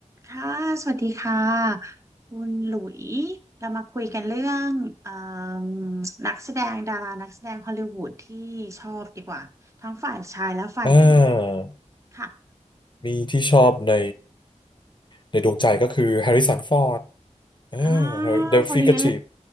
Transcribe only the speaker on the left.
อ่า
มีที่ชอบในในดวงใจก็คือแฮร์ริสันฟอร์ดอ่า
เดอะฟิกชีฟ